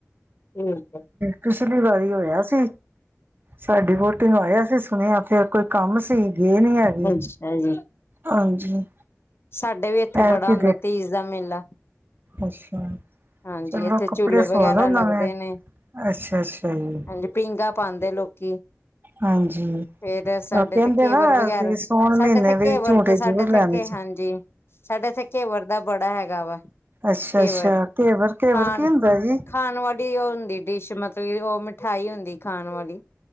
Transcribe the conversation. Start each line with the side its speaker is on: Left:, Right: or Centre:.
Left: ਠੀਕ ਹੈ,
Right: ਪਿਛਲੀ ਵਾਰੀ ਹੋਇਆ ਸੀ ਸਾਡੀ ਵੋਹਟੀ ਆਇਆ ਸੀ ਸੁਣਿਆ ਫੇਿਰ ਕੋਈ ਕੰਮ ਸੀ ਗਏ ਨੀ ਹੈਗੇ
Left: ਅੱਛਾ ਜੀ।
Right: ਹਾਂਜੀ
Left: ਸਾਡੇ ਵੀ ਇੱਥੇ
Right: ਐਤਕੀ
Left: ਬੜਾ ਹੁੰਦਾ
Right: ਦੇਖ
Left: ਤੀਜ ਦਾ ਮੇਲਾ
Right: ਅੱਛਾ
Left: ਹਾਂਜੀ
Right: ਚਲੋ
Left: ਇੱਥੇ
Right: ਕੱਪੜੇ
Left: ਝੂਲੇ ਵਗੈਰਾ
Right: ਸਆਲੋ
Left: ਲੱਗਦੇ
Right: ਨਵੇਂ
Left: ਨੇ
Right: ਅੱਛਾ ਅੱਛਾ ਜੀ
Left: ਹਾਂਜੀ ਪੀਂਘਾਂ ਪਾਉਂਦੇ ਲੋਕੀ
Right: ਹਾਂਜੀ
Left: ਫੇਰ ਸਾਡੇ
Right: ਕਹਿੰਦੇ
Left: ਇਥੇ ਕੇਵਰ
Right: ਨਾ
Left: ਵਗੈਰ
Right: ਵੀ ਸੋਣ
Left: ਸਾਡੇ
Right: ਮਹੀਨੇ
Left: ਇਥੇ ਕੇਵਰ
Right: ਵੀ ਝੂਟੇ
Left: ਸਾਡੇ
Right: ਜ਼ਰੂਰ
Left: ਇਥੇ
Right: ਲੈਣੇ
Left: ਕੇ
Right: ਚ
Left: ਹਾਂਜੀ ਸਾੇ ਐਥੇ ਘੇਵਰ ਦਾ ਬੜਾ ਹੈਗਾ ਵਾ।
Right: ਅਛਾ,
Left: ਘੇਵਰ
Right: ਅਛਾ ਘੇਵਰ-ਘੇਵਰ
Left: ਖਾਣ
Right: ਕੀ ਹੁੰਦਾ ਜੀ?
Left: ਖਾਣ ਵਾਲੀ ਉਹ ਹੁੰਦੀ ਡਿਸ਼ ਮਤਲਬ ਏ ਓ ਮਿਠਾਈ ਹੁੰਦੀ ਖਾਣ ਵਾਲੀ।